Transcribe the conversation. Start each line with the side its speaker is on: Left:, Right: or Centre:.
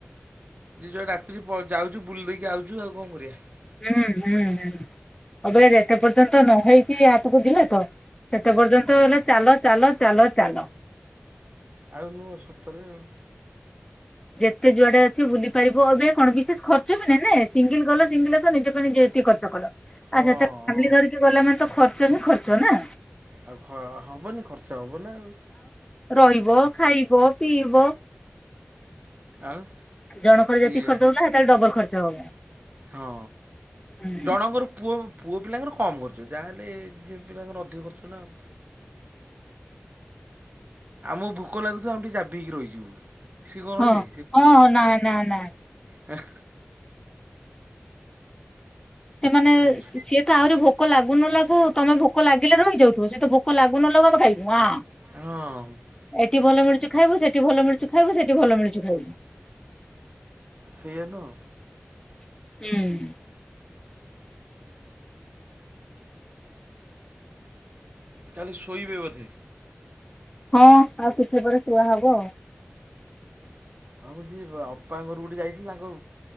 Right: ଯିଜୁଆଡେ ଡାକୁଛି ଯାଉଛୁ ବୁଲି ଦେଇକି ଆାଉଛୁ ଆଉ କଣ କରିବା?
Left: ହୁଁ-ହୁଁ-ହୁଁ ଅବେକା ଯେତେ ପର୍ଯ୍ୟନ୍ତ ନ ହେଇଛି ହାତକୁ ଦି ହାତ ସେତେ ପର୍ଯ୍ୟନ୍ତ
Right: ହୁଁ
Left: ହେଲେ ଚାଲ-ଚାଲ-ଚାଲ-ଚାଲ।
Right: ଆଉ ନୁହଁ ସତରେ ଆଉ।
Left: ଯେତେ ଯୁଆଡେ ଅଛି ବୁଲି ପାରିବ ଏବେ କଣ ବିଶେଷ ଖର୍ଚ୍ଚ ବି ନାଇଁ ନା ସିଙ୍ଗିଲ-ସିଙ୍ଗିଲ ଆସ ନିଜେ ପାଇଁ ନି ଖର୍ଚ୍ଚ କଲ
Right: ହଁ
Left: ଆଚ୍ଛା ଫ୍ୟାମିଲ
Right: ହଁ
Left: ଧରିକି ଗଲା ମାନେ ତ ଖର୍ଚ୍ଚ ହିଁ ଖର୍ଚ୍ଚ ନା।
Right: ଆଉ ହ ହବନି ଖର୍ଚ୍ଚ ହବ ନା ଆଉ।
Left: ରହିବ ଖାଇବ ପିଇବ।
Right: ଆଉ
Left: ଜଣକର
Right: ସିଏ
Left: ଯେତିି ଖର୍ଚ୍ଚ ହଉଛି ଏଥିରେ ଡବଲ ଖର୍ଚ୍ଚ ହବ।
Right: ହଁ
Left: ହୁଁ
Right: ଜଣଙ୍କର ପୁଅ ପୁଅ ପିଲାଙ୍କର କମ୍ ଖର୍ଚ୍ଚ ଯାହାହେଲେ ଝିଅ ପିଲାଙ୍କର ଅଧିକ ଖର୍ଚ୍ଚ ନା ଆଉ। ଆମକୁ ଭୋକ ଲାଗୁଥିବ ଆମେ ଟିକେ ଜାବିଇକି ରହିଯିବୁ। ସିଏ କଣ
Left: ହଁ
Right: ରହିବେ
Left: ଓ ନା ନା ନା।
Right: ହେଁ।
Left: ସେମାନେ
Right: ଜିନିଷ
Left: ସିଏ ତ ଆହୁରି ଭୋକ ଭୋକ ଲାଗୁ ନ ଲାଗୁ ତମେ ଭୋକ ଲାଗିଲେ ରହିଯାଉଥିବ ସେ ତ ଭୋକ ଲାଗୁ ନ ଲାଗୁ ଆମେ ଖାଇଦବୁ ଆଁ।
Right: ହଁ।
Left: ଏଠି ଭଲ ମିଳୁଚ ଖାଇବୁ ସେଠି ଭଲ ମିଳୁ ଚି ଖାଇବୁ ସେଠି ଭଲ ମିଳୁଛି ଖାଇବୁ।
Right: ସେୟା ନୁହଁ।
Left: ହୁଁ।
Right: ତାହେଲେ ଶୋଇବେ ବୋଧେ।
Left: ହଁ ଆଉ ଟିକେ ପରେ ଶୁଆ ହବ ଆଉ।
Right: ହମ ମୁଁ ସିଏ ଅପା ଘର ଗୋଟେ ଯାଇଥିଲି ତାଙ୍କ